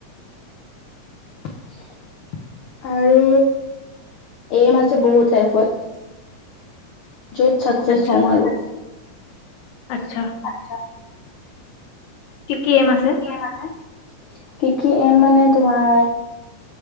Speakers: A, on the left (about 85°); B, on the left (about 70°).
A: <unintelligible> আৰু এইম আছে বহুত লাইফত। য'ত ছাকচেছ
B: আচ্ছা
A: হুউ আৰু।
B: আচ্ছা।
A: আচ্ছা।
B: কি কি এম আছে?
A: কি কি এম আছে, কি কি এম মানে তোমাৰ